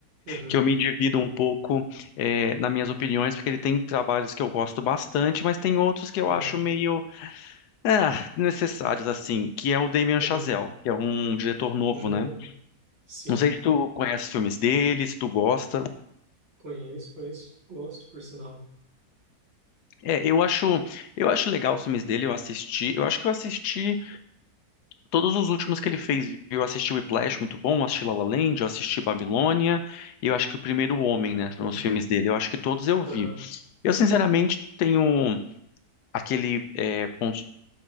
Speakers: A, on the right; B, on the left.
A: Uhum.
B: que eu me divido um pouco eh, nas minhas opiniões, porque ele tem trabalhos que eu gosto bastante, mas tem outros que eu
A: Claro.
B: acho meio ah, necessários, assim, que é o Damien
A: Uhum.
B: Chazelle, que é um diretor novo,
A: Hum.
B: né?
A: Sim.
B: Não sei se tu conhece os filmes dele, se tu gosta.
A: Conheço, conheço. Gosto, por sinal.
B: É, eu acho, eu
A: Ah,
B: acho legal os filmes dele, eu assisti, eu acho que eu assisti todos os últimos que ele fez, viu? eu assisti o Whiplash, muito bom, eu assisti La La Land, eu assisti Babilônia, e eu acho que o Primeiro Homem, né, foram
A: sim
B: os filmes dele, eu acho que todos eu
A: Uhum.
B: vi. Eu, sinceramente, tenho aquele é, ponto,